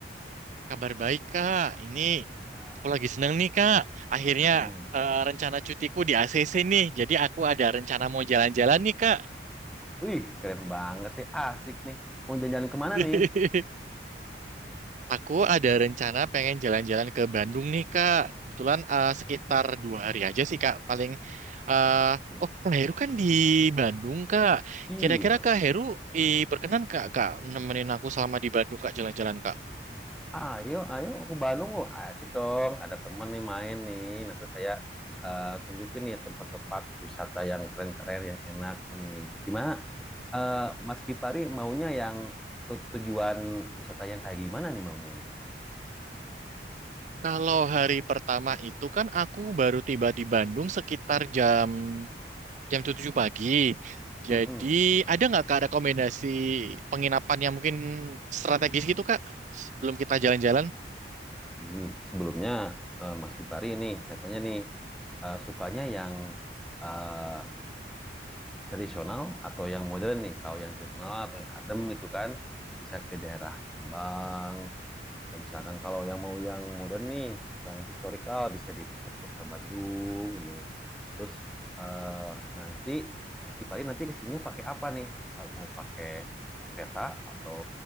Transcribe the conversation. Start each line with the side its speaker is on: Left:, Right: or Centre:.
Right: Kabar baik Kak. Ini
Centre: Ya,
Right: aku lagi seneng nih Kak. Akhirnya
Centre: mm.
Right: eh, rencana cutiku di ACC nih. Jadi aku ada rencana mau jalan-jalan nih Kak.
Centre: Wih, keren banget ya, asik nih. Mau jalan-jalan kemana
Right: <laughs>
Centre: nih?
Right: Aku ada rencana pengen jalan-jalan ke Bandung nih Kak. Kebetulan eh, sekitar dua hari aja sih Kak. Paling, eh,
Centre: Mm.
Right: oh Kak Heru kan di Bandung Kak.
Centre: Iya,
Right: Kira-kira Kak Heru eh, berkenan Kak, Kak, nemenin aku selama di Bandung Kak jalan-jalan Kak.
Centre: ayo, ayo ke Bandung kok, asik dong. Ada temen nih main nih, nanti saya eh, tunjukin nih tempat-tempat wisata yang keren-keren, yang enak nih. Gimana, eh, Mas Kipari maunya yang tu- tujuan wisata yang kayak gimana nih maunya nih?
Right: Kalau hari pertama itu kan aku baru tiba di Bandung sekitar jam jam 7 pagi.
Centre: Mm-mm.
Right: Jadi ada nggak Kak rekomendasi penginapan yang mungkin strategis gitu Kak? Sebelum kita jalan-jalan,
Centre: Ji, sebelumnya eh, Mas Kipari ini saya tanya nih eh, sukanya yang eh, tradisional atau yang modern nih? Kalau yang tradisional atau yang adem itu kan bisa ke daerah Rembang atau misalkan kalau yang mau yang modern nih, yang historikal bisa di pusat kota Bandung nih. Terus eh, nanti Mas Kipari nanti kesininya pakai apa nih? Mau pakai kereta atau